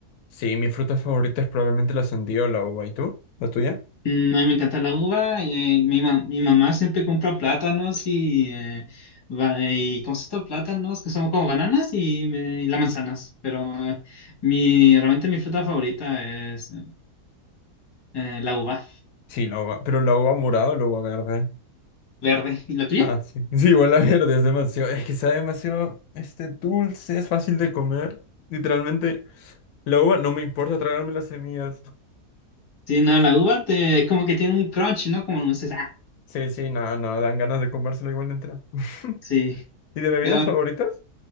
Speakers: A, on the left; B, on the left.
A: Sí, mi fruta favorita es probablemente la sandía o la uva. ¿Y tú? ¿La tuya?
B: Mm, a mí me encanta la uva. eh, mi, ma- mi mamá siempre compra plátanos y, eh, ba- y ¿cómo se llama? Plátanos que son como bananas y, me- las manzanas. Pero eh, mi, realmente mi fruta favorita es eh, la uva
A: Sí, la uva. Pero la uva morada o la uva verde.
B: verde. ¿Y la tuya?
A: Ah, sí. <laughs> Sí, igual la verde es demasiado. Es que sabe demasiado este dulce, es fácil de comer. Literalmente, la uva no me importa tragarme las semillas.
B: Sí, no, la uva te, como que tiene un crunch, ¿no? Como no sé, ah,
A: Sí, sí, nada, no, no, dan ganas de comérsela igual entera. <laughs>
B: sí.
A: ¿Y de bebidas
B: Pero
A: favoritas?